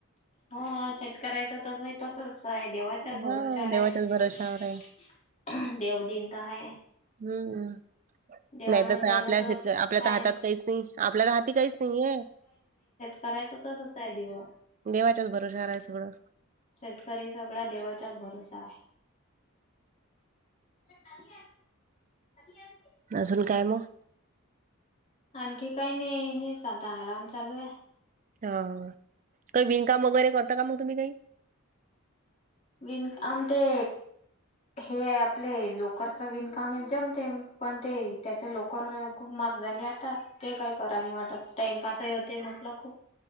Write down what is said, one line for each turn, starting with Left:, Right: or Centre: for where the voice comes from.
Left: हो शेतकऱ्याचं तसं आहे तसंच. होय देवाच्या भरोशावर
Right: हा देवाच्याच
Left: आहे ना
Right: भरोशावर आहे
Left: देव दिन तर हाय.
Right: हम्मम्
Left: देवानं
Right: नाही तर
Left: दिलं
Right: आपल्या शेतक- आपल्या
Left: हाय
Right: तर हातात काहीच नाही आपल्याला हाती काहीच नाही आहे.
Left: करायच तसंच आहे दिवस.
Right: देवाच्याच भरोशावर आहे सगळं.
Left: शेतकरी सगळा देवाच्याच भरोशावर आहे. <unintelligible>
Right: अजून काय? मग
Left: आणखी काही नाही हेच आता आराम चालू आहे.
Right: हा काही विणकाम वगैरे करता का? मग तुम्ही काही.
Left: विणकाम -आम ते. हे आपले लोकर चं विणकामे जमते पण ते त्याचे लो- लोकर खूप महाग झालय आता ते काय कराय नाही वाटत टाइमपास ही होतंय म्हंटलं खूप.